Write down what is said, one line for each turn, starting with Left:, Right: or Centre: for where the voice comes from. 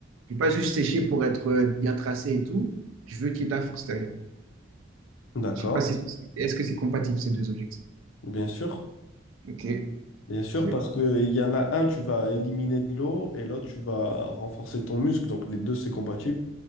Right: Je ne veux pas juste sécher pour être euh, bien tracé et tout. Je veux qu'il y ait de la force derrière.
Left: d'accord,
Right: Je sais pas si est-ce que c'est compatible ces deux objectifs.
Left: bien sûr.
Right: Ok,
Left: Bien sûr,
Right: parfait.
Left: parce que il y en a un, tu vas éliminer de l'eau et l'autre, tu vas renforcer ton muscle. Donc les deux, c'est compatible.